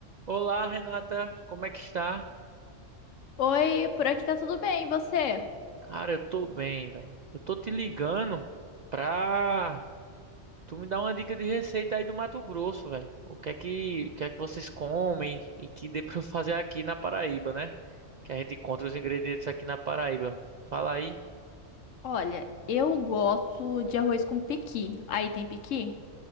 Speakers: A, on the right (about 70°); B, on the left (about 75°).
A: Olá, Renata, como é que está?
B: Oi, por aqui tá tudo bem, e você?
A: Cara, eu tô bem, velho. Eu tô te ligando pra tu me dar uma dica de receita aí do Mato Grosso, velho. O que é que, o que é que vocês comem e que dê pra eu fazer aqui na Paraíba, né? Que a gente encontra os ingredientes aqui na Paraíba. Fala aí.
B: Olha, eu gosto de arroz com pequi. Aí tem pequi?